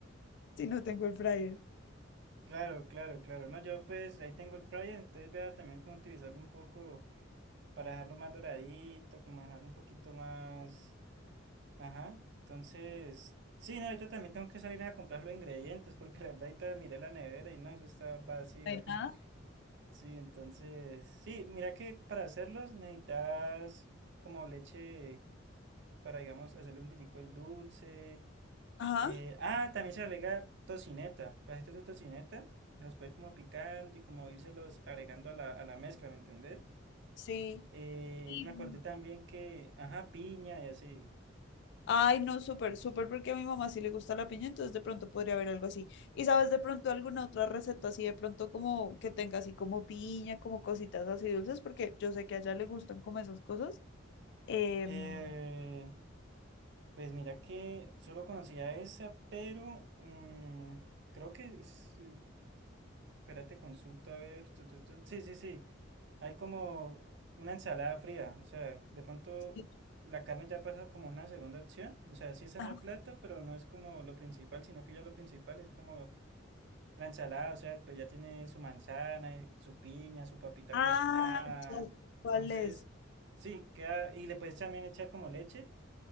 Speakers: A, on the left; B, on the right.
A: si no tengo el fryer?
B: claro, claro, claro, no, yo pues ahí tengo el fryer, entonces voy a también como utilizarlo un poco para dejarlo más doradito, como dejarlo un poquito más... Ajá, entonces, sí, no, ahorita también tengo que salir a comprar los ingredientes porque la verdad ahorita miré la nevera y no, eso está vacío.
A: No hay
B: <laughs>
A: nada.
B: Sí, entonces, sí, mira que para hacerlos necesitas como leche para, digamos, hacerle un poquito el dulce.
A: Ajá,
B: Eh, ah, también se le agrega tocineta, pedacitos de tocineta, los puedes como picando y como irselos agregando a la, a la mezcla, ¿me entendés?
A: sí.
B: Eh,
A: Y,
B: me acordé también que, ajá, piña y así.
A: ay, no, súper, súper, porque a mi mamá sí le gusta la piña, entonces de pronto podría haber algo así. ¿Y sabes de pronto alguna otra receta así, de pronto como que tenga así como piña, como cositas así dulces? Porque yo sé que a ella le gustan como esas cosas. Em,
B: Eh, Pues mira que solo conocía esa, pero mm, creo que... es, eh, Espérate, consulta, a ver. tu, tu, tu. Sí, sí, sí. Hay como una ensalada fría. O sea, de pronto
A: sí.
B: la carne ya pasa como una segunda opción. O sea, sí está
A: Ajá.
B: en el plato, pero no es como lo principal, sino que ya lo principal es como la ensalada. O sea, pues ya tiene su manzana, eh, su piña, su papita
A: ah,
B: cocinada.
A: ya sé ¿cuál
B: Entonces,
A: es?
B: sí, queda... Y le puedes también echar como leche.